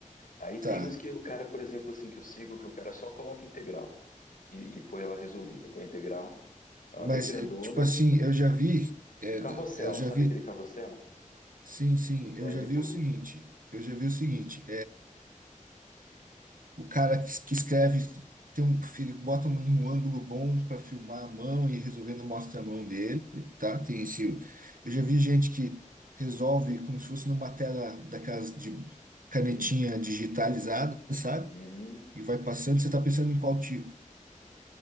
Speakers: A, on the left; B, on the right.
A: Aí
B: tá.
A: tem uns que o cara, por exemplo, assim que eu sigo, que o cara só coloca integral e, e põe ela resolvida, põe a integral, ela
B: Mas
A: bem grandona,
B: é, tipo assim, eu já vi, é,
A: um carrossel,
B: d- eu já
A: sabe
B: vi,
A: aquele carrossel?
B: sim, sim, eu
A: Daí
B: já
A: ele
B: vi
A: põe,
B: o seguinte, eu já vi o seguinte. O cara que que escreve tem um filho, bota um- num ângulo bom para filmar a mão e resolvendo mostra a mão dele, tá? Tem esse. Eu já vi gente que resolve como se fosse numa tela daquelas de canetinha
A: sim,
B: digitalizada, sabe?
A: Uhum.
B: E vai passando, você tá pensando em qual tipo?